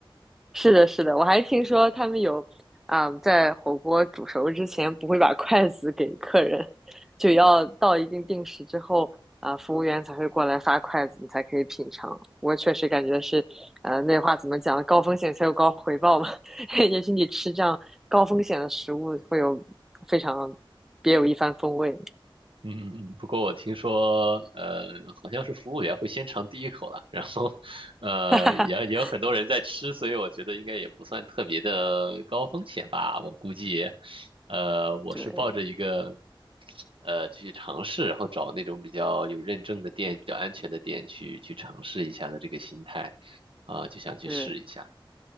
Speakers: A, in the centre; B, on the right.
A: 是的，是的，我还听说他们有啊、在火锅煮熟之前不会把筷子给客人，就要到一定定时之后啊、服务员才会过来发筷子，你才可以品尝。我确实感觉是，呃，那话怎么讲？高风险才有高回报嘛。<laughs> 也许你吃这样高风险的食物，会有非常别有一番风味。
B: 嗯嗯嗯，不过我听说，呃，好像是服务员会先尝第一口了，然后，呃，
A: <laughs>
B: 也也有很多人在吃，所以我觉得应该也不算特别的高风险吧。我估计，呃，我是抱着一个，
A: 对，
B: 呃，去尝试，然后找那种比较有认证的店、比较安全的店去去尝试一下的这个心态，啊、就想去试一下。
A: 嗯